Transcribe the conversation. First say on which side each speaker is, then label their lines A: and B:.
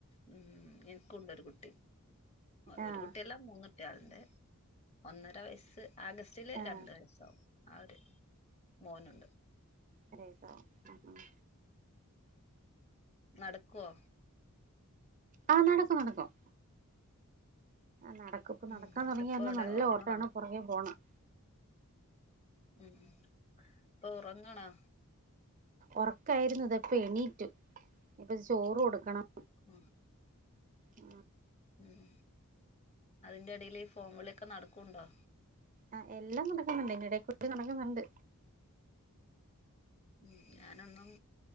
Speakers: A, on the left; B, on the right.
A: ഉം എനിക്കും ഉണ്ട് ഒരു കുട്ടി ഒരു
B: ആഹ്
A: കുട്ടിയല്ലാ മൂന്ന് കുട്ടികളുണ്ട് ഒന്നര വയസ്സ് ആഗസ്റ്റില്
B: ആഹ്
A: രണ്ട് വയസാവും ആ ഒര് മോനുണ്ട്
B: ഒരു വയസ്സാവും
A: നടക്കുവോ
B: ആ നടക്കും നടക്കും നടക്കും ഇപ്പൊ
A: ഉം
B: നടക്കാൻ
A: എന്നിട്ട്
B: തുടങ്ങിയ
A: ഇപ്പ
B: കാരണം
A: എവിടെ
B: നല്ല
A: ഉറങ്ങണോ
B: ഓട്ടാണ് ആ പുറകേ പോകണം
A: ഉം ഉം ഇപ്പൊ ഉറങ്ങാണോ
B: ഉറക്കായിരുന്നു ഇതാപ്പം എണീറ്റു ഇപ്പൊ ചോറ് കൊടുക്കണം
A: ഉം
B: ആ
A: ഉം അതിന്റെ ഇടേല് ഈ ഫോൺ വിളിയൊക്കെ നടക്കുംണ്ടോ
B: ആ എല്ലാം നടക്കുന്നുണ്ട് അതി നിടേക്കൂടേ നടക്കുന്നുണ്ട്
A: ഉം ഞാനൊന്നും